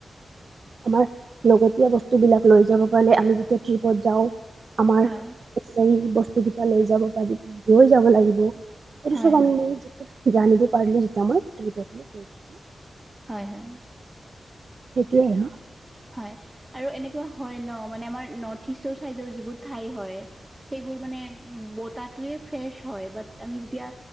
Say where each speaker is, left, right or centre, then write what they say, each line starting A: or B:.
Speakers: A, on the right; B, on the right.
A: আমাৰ লগতীয়া বস্তুবিলাক লৈ যাব গলে আমি যেতিয়া ট্ৰিপত যাওঁ আমাৰ
B: হয়
A: বিচাৰি বস্তু কেইটা লৈ যাব বা লৈ যাব লাগিব এইটো
B: হয়
A: চব
B: হয়
A: আমি জানিব পাৰিলো যেতিয়া মই ট্ৰিপত লৈ গৈছিলো
B: হয় হয়
A: সেইটোৱে ন
B: হয় আৰু এনেকুৱা হয় ন মানে আমাৰ নৰ্থ ইষ্টৰ চাইডৰ যিবোৰ ঠাই হয়
A: হয়
B: সেইবোৰ
A: হয়
B: মানে বতটোয়ে ফ্ৰেছ হয় বাট আমি যেতিয়া